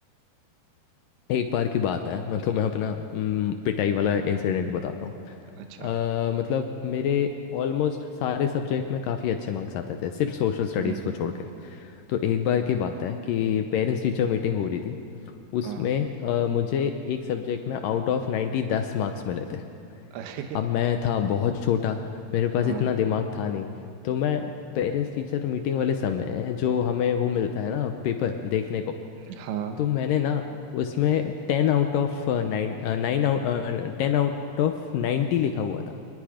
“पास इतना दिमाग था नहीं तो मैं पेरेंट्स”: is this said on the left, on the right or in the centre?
Left